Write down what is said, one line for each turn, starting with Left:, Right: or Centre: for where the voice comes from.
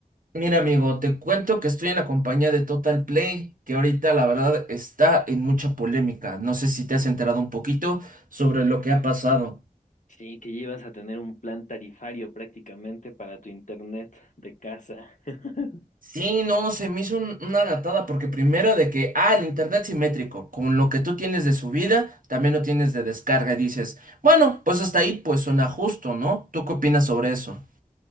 Right: Mira, amigo, te cuento que estoy en la compañía de Total Play, que ahorita la verdad está en mucha polémica. No sé si te has enterado un poquito sobre lo que ha pasado.
Left: Sí, que llevas a tener un plan tarifario prácticamente para tu internet de casa. <laughs>
Right: Sí, no, se me hizo un- una gatada porque primero de que, ah, el internet simétrico, con lo que tú tienes de subida, también lo tienes de descarga y dices, bueno, pues hasta ahí pues suena justo, ¿no? ¿Tú qué opinas sobre eso?